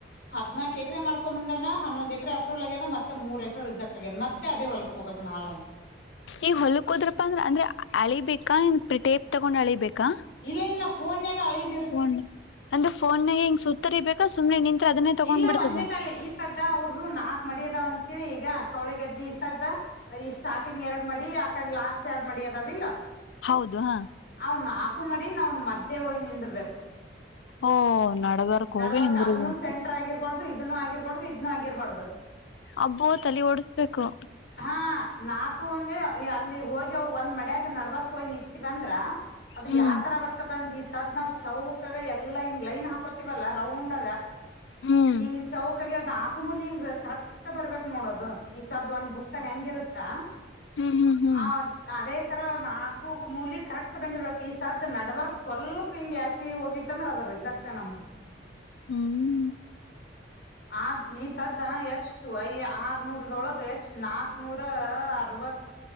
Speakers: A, on the left; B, on the left.
A: ಹದ್ನಾಕಕ್ ಎಕರೆ ಮಾಡಕೊಂಬಂದನಾ ಹನ್ನೊಂದ ಎಕರೆ ಅಫ್ರೋಲ್ ಆಗ್ಯದತ್. ಮತ್ತ ಮೂರ ಎಕರೇ ರಿಜೆಕ್ಟ್ ಆಗದೆ ಮತ್ತ ಅದೇ ಹೊಲ್ಕೋಬೇಕು ನಾಳೆ.
B: ಈಗ ಹೊಲಕ್ಕೆ ಹೊದ್ರಪ್ಪ ಅಂದ್ರ ಅಂದ್ರೆ ಅಳಿಬೇಕಾ ಇಲ್ಲ ಇಟೇಪ್ ತಗೊಂಡ್ ಅಳಿಬೇಕಾ.
A: ಇಲ್ಲ ಇಲ್ಲ ಫೋನಗ ಅಳಿಬೇಕು.
B: ಫೋನ್ ಅಂದ್ರೆಫೋನ್ಗ ಹಿಂಗ್ ಸುತ್ತರಿಬೇಕಾ ಸುಮ್ನೆ ನಿಂತ್ ಅದನ್ನೇ ತಗೊಂಡ್
A: ಇಲ್ಲ
B: ಬಿಡ್ತದ
A: ಒಂದೇ ತಲೆ ಈ ಸದ್ದ ಅವ್ರ್ದ ನಾಲ್ಕ್ ಮಡಿಯದಾವ ಅಂತೀನಿ ಈಗ ಕೌಳಿಗದ್ದಿ ಈ ಸದ್ದ. ಈ ಸ್ಟಾರ್ಟಿಂಗ್ ಎರಡ್ ಮಾಡಿ ಆಕಡೆ ಲಾಸ್ಟ್ ಎರಡ್ ಮಾಡಿ ಅದಾವಿ ಇಲ್ಲ.
B: ಹೌದು ಹಾ.
A: ಅವ್ ನಾಲ್ಕು ಮಡಿ ನಾವ್ನ್ ಮದ್ಯ ಹೋಗಿ ನಿಂದರ್ಬೇಕು.
B: ಓಹೋ ನೆಡೆದರ್ಕ್
A: ನಡ್ಬರ್ಕ್
B: ಹೋಗೇ ನಿಂದ್ರಬೇಕು
A: ಅದನ್ನು ಸೆಂಟರ್ ಆಗಿರ್ಬಾರ್ದು ಇದನ್ನೂ ಆಗಿಬಾರ್ದ ಇದನ್ನು ಆಗಿರ್ಬಾರ್ದದು.
B: ಅಬ್ಬ ತಲಿ ಓಡುಸ್ಬೇಕು.
A: ಹಾ ನಾಕು ಅಂದೆ ಅಲ್ಲಿ ಹೋಗಿ ಅವ ಒಂದ್ ಮಡ್ಯಾಗ ನೆಡಿಯಾಕ್ ಹೋಗಿ ನಿಂತ ಬಂದ್ರ. ಅದು
B: ಹ್ಮ್
A: ಯಾವತರ ಬರ್ತದಂದ ಈ ಸದ್ ನಾವು ಚೌಕಾಗ ಎಲ್ಲ ಹಿಂಗ್ ಲೈನ್ ಹಾಕೋತಿವಲ್ಲ ರೌಂಡ್.
B: ಹ್ಮ್
A: ಹಂಗ ಚೌಕಾಗ ನಾ. ನಾಕು ಮೂಲೆ ಇಂಗೆ ಕರೆಕ್ಟ್ ಬರ್ಬೇಕ್ ನೋಡೋದು ಈಸದ ಒಂದ್ ಬುಕ್ಕ ಹೆಂಗಿರುತ್ತಾ.
B: ಹ್ಮ್ ಹ್ಮ್ ಹ್ಮ್
A: ಹ ಅದೇ ತರ ಅವ್ ನಾಕು ಮೂಲಿ ಕರೆಕ್ಟ್ ಬಂದಿಡ್ಬೇಕು ಈ ಸಾದ್ ನೆಟ್ವರ್ಕ್ ಸ್ವಲ್ಪ. ಹಿಂಗೆ ಹೋಗಿತ್ತಂದ್ರೆ ಅದು ರಿಸೆಕ್ಟ್ ನಮ್ದು.
B: ಹ್ಮ್
A: ಆ ಈಸದ ಎಷ್ಟು ಯ ಆರ್ನೂರದೊಳಗೆ ಎಷ್ಟು ನಾಕ್ನೂರ ಅರವತ್ತು.